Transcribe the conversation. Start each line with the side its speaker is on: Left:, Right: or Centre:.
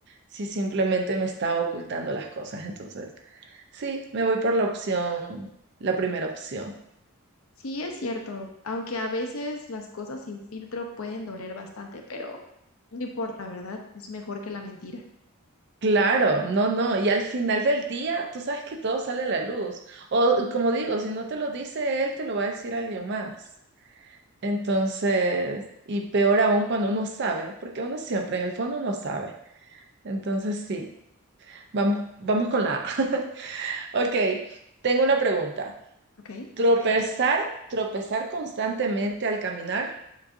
Right: si simplemente me está ocultando las cosas. Entonces, sí, me voy por la opción, la primera opción.
Left: Sí, es cierto, aunque a veces las cosas sin filtro pueden doler bastante, pero no importa, ¿verdad? Es mejor que la mentira,
Right: Claro, no, no, y al final del día tú sabes que todo sale a la luz. O como digo, si no te lo dice él, te lo va a decir alguien más. Entonces, y peor aún cuando uno sabe, porque uno siempre en el fondo uno sabe. Entonces sí, vamos, vamos con la A. <laughs> Ok, tengo una pregunta.
Left: ¿ok?
Right: ¿Tropezar, tropezar constantemente al caminar